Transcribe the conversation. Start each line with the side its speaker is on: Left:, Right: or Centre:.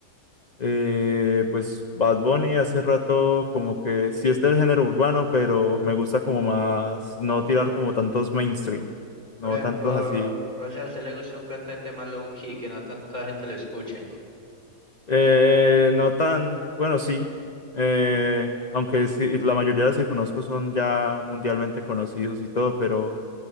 Left: eh, pues, Bad Bunny hace rato, como que sí es del género urbano, pero me gusta como más no tirar como tantos mainstream,
Right: Por
Left: no
Right: ejemplo,
Left: tantos así.
Right: o sea, a usted le gusta un cantante más low key, que no tanta gente lo escuche.
Left: Eh, no tan, bueno, sí. Eh, aunque sí, la mayoría de los que conozco son ya mundialmente conocidos y todo, pero